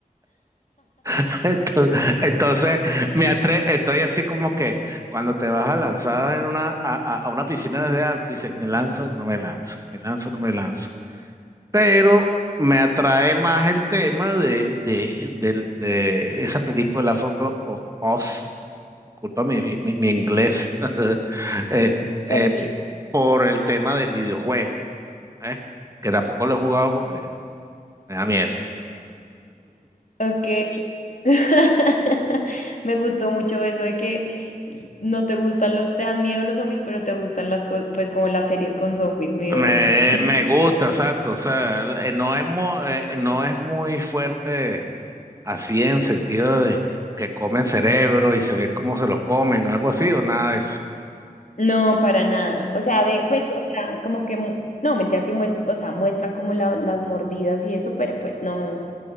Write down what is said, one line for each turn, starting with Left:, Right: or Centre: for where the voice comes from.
Right: <laughs> Entonces, entonces me atre estoy así como que cuando te vas a lanzar en una, a, a- a una piscina desde alto, dices, me lanzo, no me lanzo, me lanzo, no me lanzo. pero me atrae más el tema de, de, del- de esa película Foto of Oz, disculpa mi, mi, mi- mi inglés, <laughs> eh, eh,
Left: Ándale.
Right: por el tema del videojuego, ¿eh? que tampoco lo he jugado porque me da miedo.
Left: Ok. <laughs> Me gustó mucho eso de que no te gustan los, te dan miedo los zombies, pero te gustan las cosas, pues como las series con zombies, me dio
Right: Me,
Left: risa.
Right: me gusta, exacto, o sea, eh, no es muy, no es muy fuerte así en sentido de que comen cerebro y se ven cómo se lo comen, algo así o nada de eso.
Left: No, para nada. O sea, de, pues, o sea, como que, mu- no, mentira, sí muest- o sea, muestran como la- las mordidas y eso, pero pues no,